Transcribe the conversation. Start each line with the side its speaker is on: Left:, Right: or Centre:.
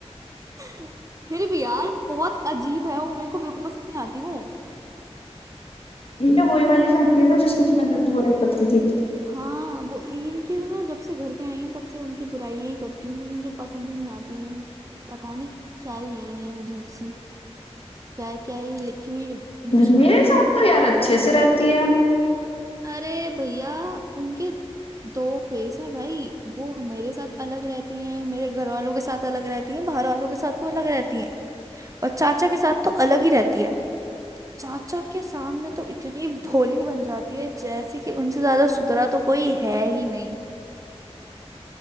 Right: <laughs> फिर भी यार बहुत अजीब है वो मेरे को बिल्कुल पसंद नहीं आती वो
Left: ये वही वाली चाहती है ना जिसको तू पहले भी बुराई करती थी
Right: हाँ वो इनकी तो मैं जब से घर पे आई हूँ तब से उनकी बुराइयां ही करती हूँ क्योंकि मुझे पसंद ही नहीं आती हैं पता नहीं क्या ही है ये अजीब सी क्या क्या ही लिखी हुई इनकी
Left: घर
Right: शादी
Left: में मेरे साथ तो यार अच्छे से रहती है
Right: अरे भैया उनके दो फेस है भाई वो हमारे साथ अलग रहती हैं मेरे घर वालों के साथ अलग रहती हैं बाहर वालों के साथ वो अलग रहती हैं और चाचा के साथ तो अलग ही रहती है चाचा के सामने तो इतनी भोली बन जाती है जैसे कि उनसे ज्यादा सुधरा तो कोई है ही नहीं